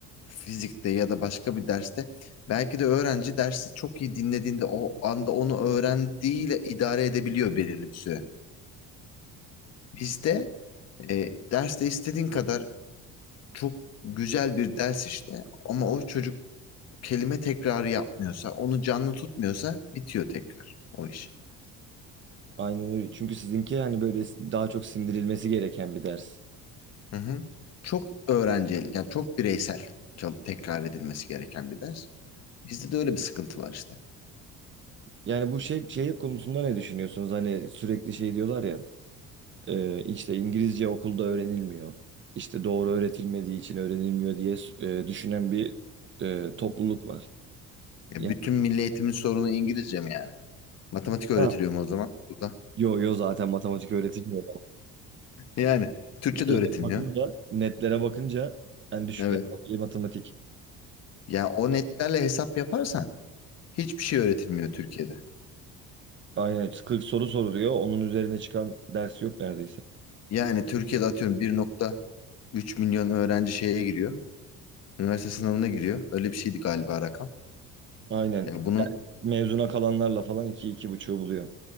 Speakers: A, on the left; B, on the right.
A: fizikte ya da başka bir derste belki de öğrenci dersi çok iyi dinlediğinde o anda onu öğrendiğiyle idare edebiliyor belirli bir süre. Bizde e, derste istediğin kadar çok güzel bir ders işte ama o çocuk kelime tekrarı yapmıyorsa, onu canlı tutmuyorsa bitiyor tekrar o iş.
B: aynen öyle. Çünkü sizinki hani böyle daha çok sindirilmesi gereken bir ders.
A: Hı hı. Çok öğrencil, yani çok bireysel çal- tekrar edilmesi gereken bir ders. Bizde de öyle bir sıkıntı var işte.
B: Yani bu şey şey konusunda ne düşünüyorsunuz? Hani sürekli şey diyorlar ya e, işte İngilizce okulda öğrenilmiyor. İşte doğru öğretilmediği için öğrenilmiyor diye e, düşünen bir e, topluluk var.
A: Ya
B: Yani,
A: bütün milli eğitimin sorunu İngilizce mi yani? Matematik öğretiliyor
B: ha,
A: mu o zaman burada?
B: yo yo zaten matematik öğretilmiyor.
A: Yani Türkçe
B: Şeylere
A: de öğretilmiyor.
B: bakınca, netlere bakınca en düşükler
A: Evet.
B: matematik.
A: Yani o netlerle hesap yaparsan hiçbir şey öğretilmiyor Türkiye'de.
B: Aynen 40 soru soruluyor. Onun üzerine çıkan ders yok neredeyse.
A: Yani Türkiye'de atıyorum bir nokta üç milyon öğrenci şeye giriyor. Üniversite sınavına giriyor. Öyle bir şeydi galiba rakam.
B: Aynen
A: Ya bunun
B: mezuna kalanlarla falan iki, iki buçuğu buluyor.